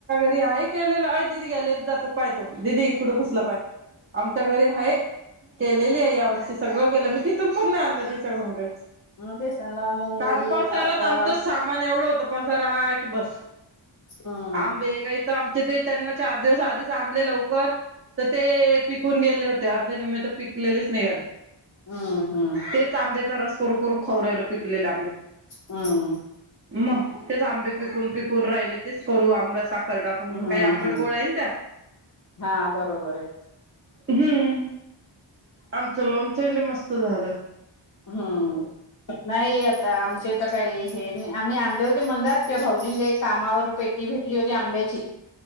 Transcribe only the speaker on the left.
ते सला मुंगवडी
पापड
हम्म
हम्म हम्म.
हम्म
हम्म
हम्म
हा बरोबर आहे.
हम्म नाही आता आमचे तर काही हे आम्ही आणले होते मंदात क भाऊ अज एक कामावर पेटी भेटली होती आंब्याची